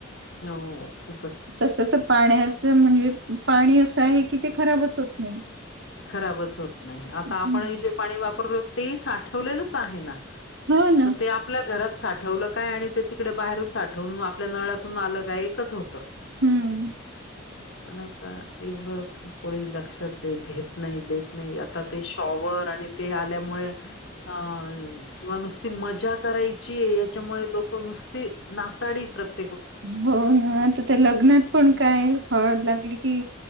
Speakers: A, on the left; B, on the right.
A: हो ख
B: तस तर पाण्याच म्हणजे पाणी असं आहे की ते खराबच होत नाही
A: ह खराबच होत नाही आता
B: हम्म.
A: आपण जे पाणी वापरल ते साठवलेलंच आहे ना
B: हो ना
A: तर ते आप आपल्या घरात साठवलं काय आणि ते तिकडे बाहेरून साठवून आपल्या नळ्याातून आलं काय एकच होतं
B: हम्म
A: पण आता एवढं कोणी लक्षात द घेत नाही देत नाही आता ते शॉवर आणि ते आल्यामुळे अ किंवा नुसती मजा करायची याच्यामुळे लोक नुसती नासाडी प्रत
B: हो ना आता त्या लग्नात पण काय हळद लागली की